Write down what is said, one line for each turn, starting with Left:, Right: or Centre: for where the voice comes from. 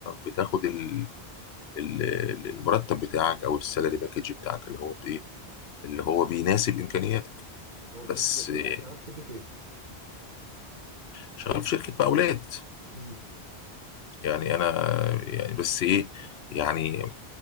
Left: بتاخد ال... ال... ال- المرتب بتاعك او السالري باكج بتاعك اللي هو بايه اللي هو بيناسب امكانياتك
Right: هو
Left: بس
Right: انت ش-
Left: آه،
Right: انت شغال في شركه ايه
Left: شغال في شركه مقاولات
Right: امم
Left: يعني انا يعني بس ايه يعني